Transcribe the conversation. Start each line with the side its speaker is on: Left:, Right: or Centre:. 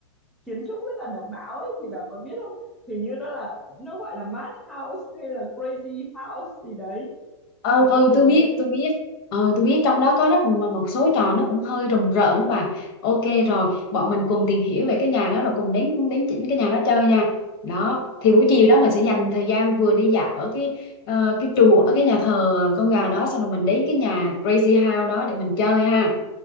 Centre: kiến trúc rất là độc đáo ấy thì bà có biết không? Hình như nó là nó gọi là mad house hay là crazy house gì đấy.
Left: ừ
Centre: Bà
Left: ừ
Centre: có từng
Left: tôi
Centre: nghe
Left: biết
Centre: chưa?
Left: tôi biết ừ tôi biết trong đó có rất là một số trò nó cũng hơi rùng rợn đó bà ok rồi bọn mình cùng tìm hiểu về cái nhà đó rồi cùng đến đến chỉ- cái nhà đó chơi nha đó thì buổi chiều đó mình sẽ dành thời gian vừa đi dạo ở cái ờ, cái chùa ở cái nhà thờ con gà đó xong rồi mình đến cái nhà Crazy House đó để mình chơi ha